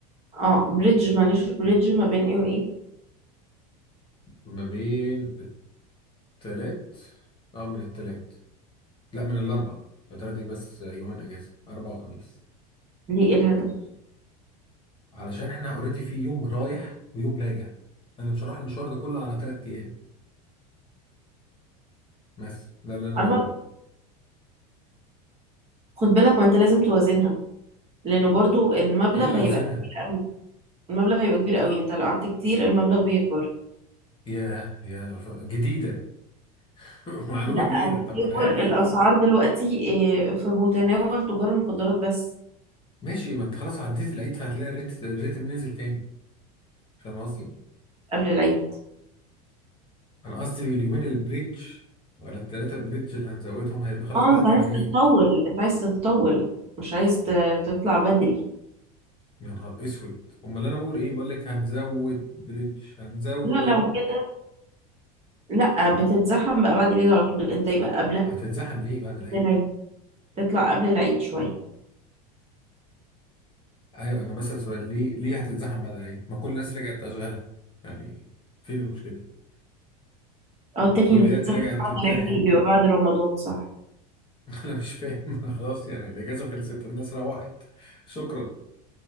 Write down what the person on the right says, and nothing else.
اه بريدج معلش بريدج ما بين ايه وايه
ليه ايه الهدف
أربعة خد بالك وانت لازم توازنها لانه برضو المبلغ
هيبقى
كبير قوي المبلغ هيبقى كبير قوي انت لو قعدت كتير المبلغ بيكبر
لا
هتجبر
الاسعار دلوقتي آه، في متناول تجار المخدرات بس
قبل العيد
اه
انت عايز
تطول انت عايز تطول مش عايز ت- تطلع بدري
لا لو كده لا بتتزحم بقى بعد العيد على طول انت يبقى قبلها
قبل العيد تطلع قبل العيد شويه
اه التاني
اللي بتتزحم
بعد
العيد اللي بيبقى بعد رمضان صح